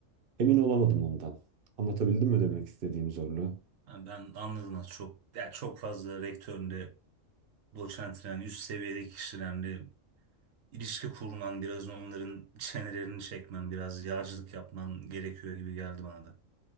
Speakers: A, on the right; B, on the right.
A: emin olamadım ondan. Anlatabildim mi demek istediğim zorluğu?
B: Ha, ben anladım az çok. Ya çok fazla rektörle, doçentle yani üst seviyedeki kişilerle ilişki kurman, biraz onların çenelerini çekmen, biraz yağcılık yapman gerekiyor gibi geldi bana da.